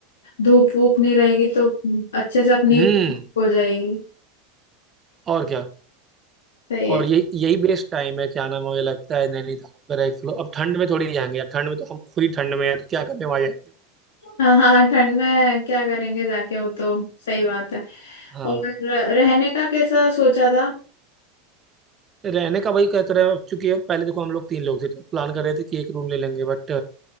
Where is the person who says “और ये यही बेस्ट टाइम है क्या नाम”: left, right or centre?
Right